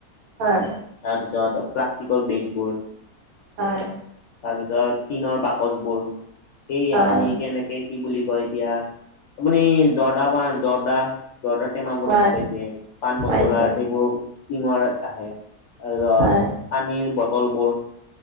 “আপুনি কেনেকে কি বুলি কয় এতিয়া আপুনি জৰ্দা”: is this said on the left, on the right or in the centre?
Left